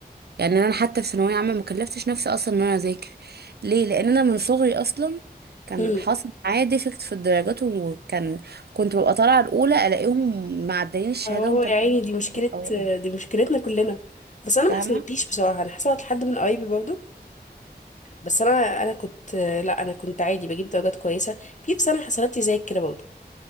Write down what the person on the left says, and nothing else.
امم
اهو
يا عيني دي مشكلة
دي مشكلتنا كلنا بس انا
ما حصلتليش بصراحة انا حصلت لحد من قرايبي برضو بس انا انا كنت لا انا كنت عادي بجيب درجات كويسة في في سنة حصلت لي زي كده برضو